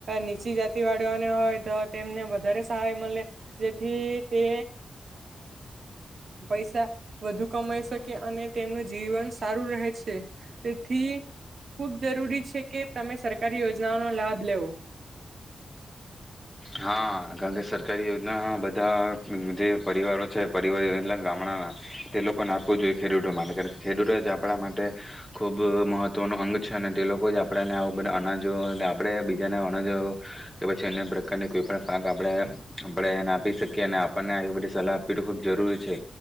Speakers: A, on the right; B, in the centre.
A: નીચી જાતિ વાળીઓને હોય તો તેમને વધારે સહાય મળે જેથી તે પૈસા વધુ કમાઈ શકે અને તેમનું જીવન સારું રહે છે તેથી ખુબ જરૂરી છે. કે તમે સરકારી યોજનાઓનો લાભ લેવો.
B: હા કારણ કે સરકારી યોજના બધા જે પરિવારો છે પરવાર એટ ગામડાના તે લોકોને આપવું જોઈએ ખેડૂતો માટે કારણ કે ખેડૂતો જ આપણા માટે ખૂબ મહત્વનું અંગ છે અને તે લોકો જ આપણને બધા અનાજો આપણે બીજાને અનાજો કે પછી અન્ય અનેને કોઈ પણ પાક આપણે આપણે એને આપી શકીએ અને આપણને આવી બધી સલાહ આપવી એ ખૂબ જરૂરી છે